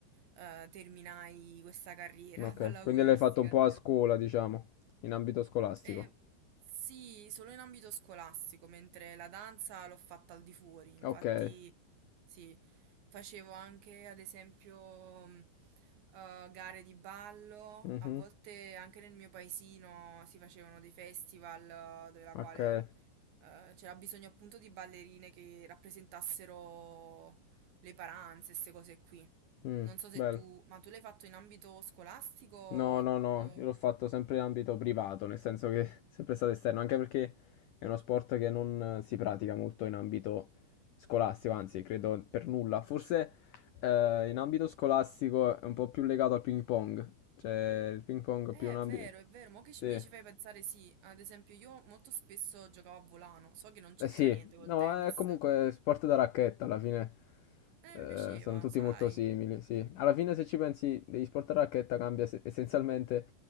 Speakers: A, on the right; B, on the left.
A: eh, terminai questa carriera
B: Okay,
A: <laughs> pallavolistica,
B: quindi l'hai fatto un po'
A: diciamo.
B: a scuola, diciamo, in ambito scolastico.
A: Eh, sì, solo in ambito scolastico, mentre la danza l'ho fatta al di fuori, infatti
B: Okay.
A: sì, facevo anche ad esempio mh, eh, gare di ballo,
B: Mh-mh.
A: a volte anche nel mio paesino si facevano dei festival eh, dove la
B: Okay.
A: quale eh, c'era bisogno appunto di ballerine che rappresentassero le paranze, queste cose qui.
B: Mh,
A: Non so se
B: bello.
A: tu, ma tu l'hai fatto in ambito scolastico
B: No, no, no,
A: o...
B: io l'ho fatto sempre in ambito privato, nel senso che <laughs> è sempre stato esterno, anche perché è uno sport che non eh, si pratica molto in ambito scolastico, anzi, credo per nulla. Forse, ehm, in ambito scolastico è un po' più legato al ping pong, cioè il ping pong
A: Eh,
B: è più un
A: È
B: ambi
A: vero, è vero, ma che
B: sì.
A: ci- mi ci fai pensare sì. Ad esempio, io molto spesso giocavo a volano, so che non c'entra
B: Eh sì,
A: niente col
B: no,
A: tennis.
B: è comunque
A: Eh,
B: sport da racchetta alla fine. eh,
A: mi piaceva,
B: sono tutti
A: sai.
B: molto simili, sì. Alla fine, se ci pensi, degli sport a racchetta cambia se- essenzialmente